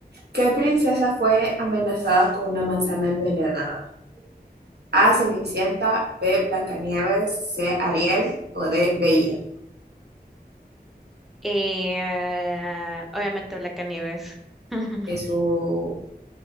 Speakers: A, on the right (about 75°); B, in the centre.
A: ¿Qué princesa fue amenazada con una manzana envenenada? A. Cenicienta, B. Blancanieves, C. Ariel o D. Bella.
B: Eh, obviamente Blancanieves. <laughs>
A: Eso,